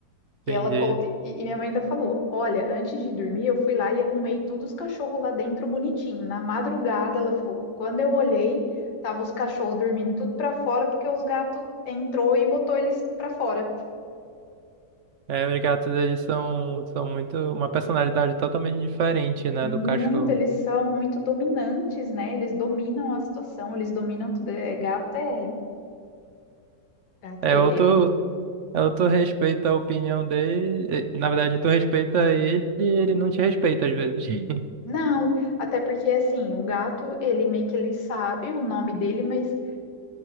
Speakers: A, on the left; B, on the right.
A: que
B: entendi.
A: ela colo... e e minha mãe ainda falou: Olha, antes de dormir, eu fui lá e arrumei todos os cachorros lá dentro bonitinho. Na madrugada, ela falou: Quando eu olhei, tava os cachorros dormindo tudo pra fora, porque os gatos entrou e botou eles pra fora.
B: É, os gatos, eles são, são muito... Uma personalidade totalmente diferente, né,
A: Muito,
B: do cachorro.
A: eles são muito dominantes, né? Eles dominam a situação, eles dominam tudo. É, gato é. Gato
B: É,
A: é,
B: ou tu,
A: é-
B: ou tu respeita a opinião dele... e, Na verdade, tu respeita ele e ele não te respeita às vezes. <laughs>
A: Não, até porque assim, o gato, ele meio que ele sabe o nome dele, mas